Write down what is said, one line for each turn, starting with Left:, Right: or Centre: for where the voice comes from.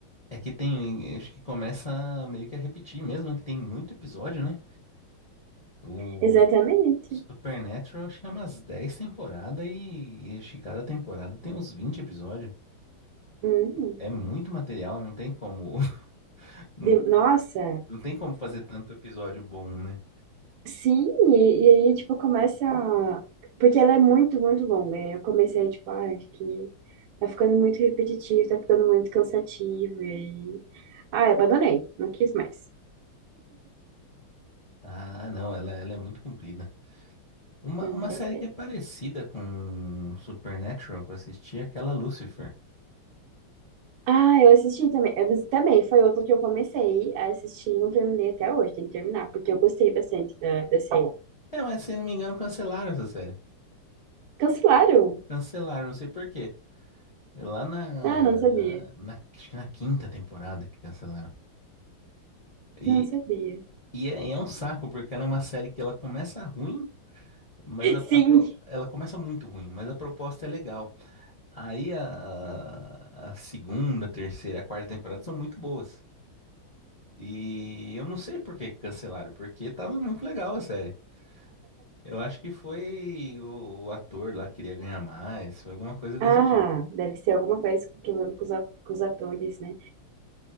Left: é que tem, acho que começa meio que a repetir mesmo, é que tem muito episódio, né? O
Right: Exatamente.
Left: Supernatural acho que é umas 10 temporadas e, e acho que cada temporada tem uns 20 episódios.
Right: Hum.
Left: É muito material, não tem como, <laughs> não,
Right: De- Nossa.
Left: não tem como fazer tanto episódio bom, né?
Right: Sim, e, e aí, tipo, começa. a- Porque ela é muito, muito longa. E aí eu comecei, tipo, ah, acho que tá ficando muito repetitivo, tá ficando muito cansativo. E aí. Ah, eu abandonei. Não quis mais.
Left: Ah, não, ela, ela é muito comprida. Uma,
Right: Não
Left: uma
Right: gostei.
Left: série que é parecida com Supernatural que eu assisti, é aquela Lucifer.
Right: Ah, eu assisti também. eh, Mas também foi outro que eu comecei a assistir e não terminei até hoje. Tem que terminar, porque eu gostei bastante da, da série.
Left: É, mas se eu não me engano, cancelaram essa série.
Right: Cancelaram?
Left: Cancelaram, não sei por quê. É Lá na,
Right: Ah, não sabia.
Left: na, acho que na quinta temporada que cancelaram. E,
Right: Não sabia.
Left: e é, é um saco, porque ela é uma série que ela começa ruim, mas
Right: <laughs>
Left: a, a
Right: Sim!
Left: pro- ela começa muito ruim, mas a proposta é legal. Aí a, a segunda, terceira e a quarta temporada são muito boas. E eu não sei por que que cancelaram, porque tava muito legal a série. Eu acho que foi o, o ator lá que queria ganhar mais, foi alguma coisa desse
Right: Ah,
Left: tipo.
Right: deve ser alguma coisa com problema com os, a- com os atores, né?